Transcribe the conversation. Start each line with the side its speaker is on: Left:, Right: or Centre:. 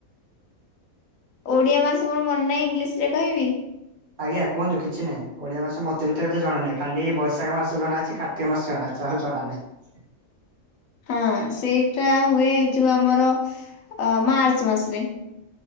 Left: ଓଡିଆ ମାସ ମୋର ମନ ନାହିଁ ଇଂଲିଶରେ କହିବି?
Right: ଆଜ୍ଞା କୁହନ୍ତୁ କିଛି ନାହିଁ। ଓଡିଆ ମାସ ମତେ ବି ତ ଏତେ ଜଣାନାହିଁ। ଖାଲି ବୈଶାଖ ମାସ ଜଣାଅଛି। କାର୍ତ୍ତିକ ମାସ ଜଣା। ଯା ହଉ ଜଣା ନାହିଁ।
Left: ହଁ ସେଇଟା ହୁଏ ଯୋଉ ଆମର ଅଁ ମାର୍ଚ୍ଚ ମାସେରେ।